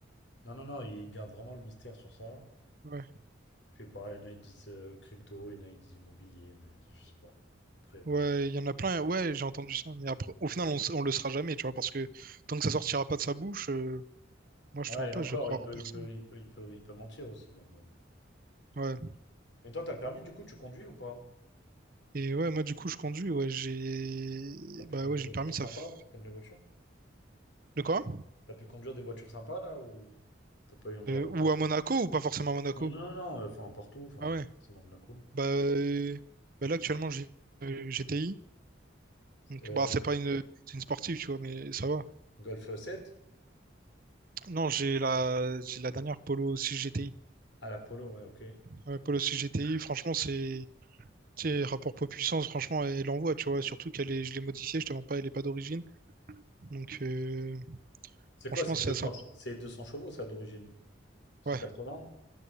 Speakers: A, on the left; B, on the right.
A: Non, non, non, il garde vraiment le mystère sur ça.
B: Ouais,
A: Je sais pas, il y en a, ils disent euh, crypto, il y en a, ils disent immobilier, il y en a, ils disent, je sais pas. Après, bon.
B: ouais, il y en a plein, ouais, j'ai entendu ça, mais après, au final, on, s- on le sera jamais, tu vois, parce que tant que ça sortira pas de sa bouche, euh, moi je
A: Ouais,
B: te rends
A: et
B: pas,
A: encore,
B: je crois
A: il peut,
B: en personne.
A: il peut, il peut, il peut, il peut mentir aussi, donc bon.
B: Ouais,
A: Mais toi, t'as le permis du coup, tu conduis ou pas?
B: et ouais, moi du coup, je conduis, ouais, j'ai,
A: T'as pu
B: bah
A: conduire
B: ouais, j'ai
A: des
B: le
A: voitures
B: permis, ça.
A: sympas?
B: f-
A: T'aimes les voitures?
B: De quoi?
A: T'as pu conduire des voitures sympas là ou t'as pas eu encore
B: Euh,
A: l'occasion?
B: ou à Monaco ou pas forcément à Monaco?
A: Non, non, non, non, euh, enfin, partout, enfin,
B: Ah
A: pas
B: ouais.
A: forcément Monaco.
B: Bah, euh, bah là actuellement j'ai euh, GTI. Donc
A: Euh,
B: bah c'est pas une c'est une sportive tu vois mais ça va.
A: Golf sept
B: Non, j'ai la j'ai la dernière Polo 6 GTI.
A: Ah, la Polo, ouais, ok.
B: Ouais, Polo 6 GTI, franchement c'est tu sais, rapport poids-puissance, franchement, elle envoie, tu vois. Surtout qu'elle est, je l'ai modifiée, je te mens pas, elle est pas d'origine. Donc, euh,
A: C'est
B: franchement,
A: quoi, c'est
B: c'est assez
A: 200,
B: incroyable.
A: che- c'est 200 chevaux, ça, d'origine? 180?
B: Ouais,